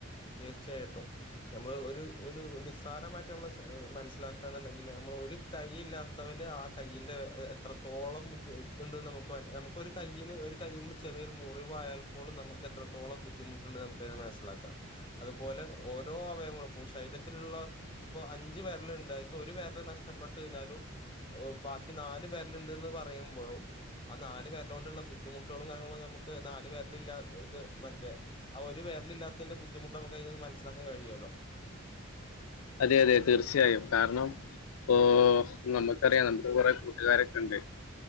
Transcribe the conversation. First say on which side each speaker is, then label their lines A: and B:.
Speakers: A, on the left; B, on the left.
A: തീർച്ചയായിട്ടും നമ്മള് ഒരു ഒരു നിസ്സാരമായിട്ട് നമ്മള് മനസ്സിലാക്കുക എന്നുണ്ടെങ്കില് നമ്മള് ഒരു കൈ ഇല്ലാത്തവന് ആ കയ്യിന്റെ എത്രത്തോളം ബുദ്ധിമുട്ട് ഉണ്ടെന്ന് നമുക്ക് മ നമു ക്ക് ഒരു കയ്യിന് ഒരു കയ്യിമേ ചെറിയൊരു മുറിവായാൽ പോലും നമുക്ക് എത്രത്തോളം ബുദ്ധിമുട്ടുണ്ട് നമുക്കതിൽ നിന്ന് മനസ്സിലാക്കാം അതുപോലെ ഓരോ അവയവങ്ങൾക്കും ശരീരത്തിലുള്ള ഇപ്പൊ അഞ്ച് വെരലുണ്ട്‌ അയിത്ത് ഒരു വെരല് നഷ്ടപ്പെട്ട് കഴിഞ്ഞാലും ബാക്കി നാല് വെരലുണ്ടന്ന് പറയുമ്പോഴും ആഹ് നാല് വിരല് കൊണ്ടുള്ള ബുദ്ധിമുട്ടുകളും കാര്യങ്ങളും നമക്ക് നാല് വെരല് ഇല്ല ഇത് മറ്റേ ആഹ് ഒരു വിരല് ഇല്ലാത്തതിന്റെ ബുദ്ധിമുട്ട് നമുക്ക് അതിൽനിന്ന് മനസിലാക്കാൻ കഴിയുവല്ലോ
B: അതെ അതെ തീർച്ചയായും കാരണം ഓ
A: ഉം
B: നമുക്കറിയാം നമ്മുടെ കുറെ കൂട്ടുകാരൊക്കെ ഉണ്ട്